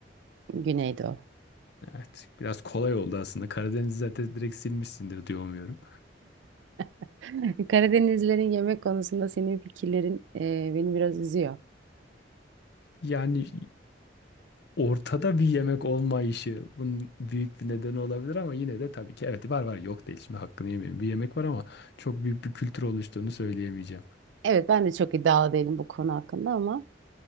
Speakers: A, on the right (about 75°); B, on the left (about 65°).
A: Güneydoğu.
B: Evet, biraz kolay oldu aslında. Karadeniz zaten direkt silmişsindir diye umuyorum.
A: <laughs> Karadenizlerin yemek konusunda senin fikirlerin e, beni biraz üzüyor.
B: Yani ortada bir yemek olmayışı bunun büyük bir nedeni olabilir ama yine de tabii ki evet var var yok değil. Şimdi hakkını yemeyeyim. Bir yemek var ama çok büyük bir kültür oluştuğunu söyleyemeyeceğim.
A: Evet ben de çok iddialı değilim bu konu hakkında ama...